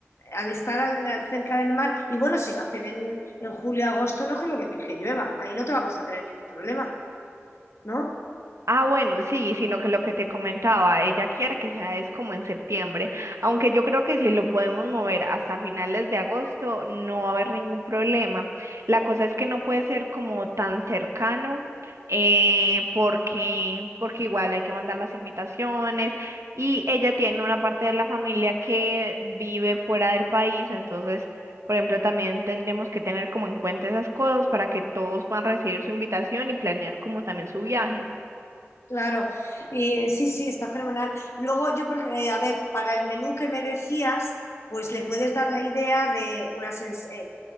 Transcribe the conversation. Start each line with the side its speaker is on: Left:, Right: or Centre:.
Left: al estar al- cerca del mar, y bueno, si lo hacen en, en julio agosto, no creo que, que llueva, ahí no te vamos a tener ningún problema, ¿no?
Right: Ah, bueno, sí, sino que lo que te comentaba, ella quiere que sea es como en septiembre, aunque yo creo que si lo podemos mover hasta finales de agosto no va a haber ningún problema. La cosa es que no puede ser como tan cercano, eh, porque, porque igual hay que mandar las invitaciones y ella tiene una parte de la familia que vive fuera del país, entonces, por ejemplo, también tendríamos que tener como en cuenta esas cosas para que todos puedan recibir su invitación y planear como también su viaje.
Left: Claro, Eh, sí, sí, está fenomenal. Luego yo, por- eh, a ver, para el menú que me decías, pues le puedes dar la idea de unas, ens- eh,